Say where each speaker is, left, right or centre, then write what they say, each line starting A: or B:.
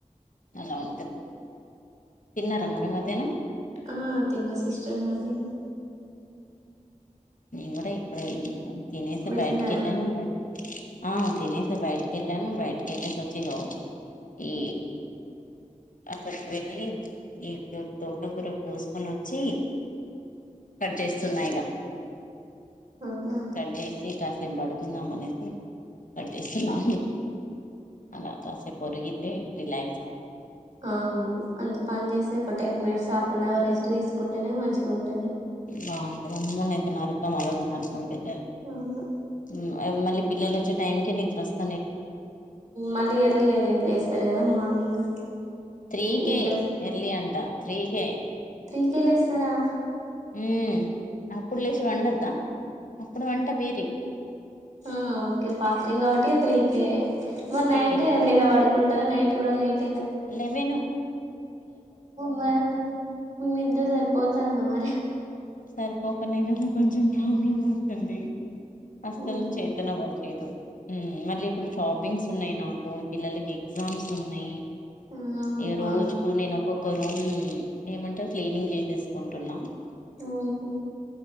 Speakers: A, on the left (about 80°); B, on the right (about 60°).
A: అలా ఉంటుంది తిన్నారా మరి మధ్యాహ్నం
B: ఆ తిన్న సిస్టర్ మధ్యాహ్నం
A: నేను కూడా ఇప్పుడే తినేసి
B: మీరు
A: బయటకి
B: తిన్నారా
A: వెళ్ళాను బయట ఆ తినేసే బైటకి వెళ్ళను బైటకి వెళ్ళ సొచిగా ఈ అ వెళ్ళలి ఇ ద తోటకుర కోసుకొని వచ్చి కట్ చేస్తున్నా ఇక
B: అవునా
A: కట్ చేసి కాసేపు పడుకుందాం అనేసి కట్ చేస్తునా అలా కాసేపు పరిగితే రిలాక్స్ అ
B: అవును అంత పని చేసి ఒక ten minutes half an hour rest తీసుకుంటేనే మంచిగా ఉంట
A: బాగుంటదమ్మన్నైప్పు నరక అదప్పు నరకంటద
B: అవును
A: <inaudible> మళ్ళ పిల్లలుచ్చ టైమ్కి దస్త
B: మళ్ళీ ఎర్లీగాని లేస్తారు కదా మార్నింగ్
A: త్రీ కే
B: నిద్ర
A: ఎర్లి అంట త్రీ కే
B: త్రీకెలస్తరా
A: ఉ అప్పుడు లేచి వండద్దా అప్పుడు వంట వీరే
B: ఆ ఓకే ఫాస్టింగ్ కాబట్టి త్రీ కే మరి
A: త్రీకే
B: నైట్ ఎర్లీగా పడుకుంట తరలైట్ కూడాలైట్
A: లేవెను
B: మేడమ్ నిద్ర సరిపోతుందా మరి
A: సరిపోకునే కదా కొంచెం ప్రాబ్లం అవుతుంది అస్సలు
B: అవును
A: చేతన అవ్వట్లేదు మళ్ళీ ఇప్పుడు షాపింగ్స్ ఉన్నాయి నాకు పిల్లలకి ఎగ్జామ్స్ ఉన్నాయి
B: అమ్మా
A: ఏ రోజకు నకో ఒక రూమ్ ఏమంటారు క్లీనింగ్ చేసేసుకుంటున్నా
B: ఓహో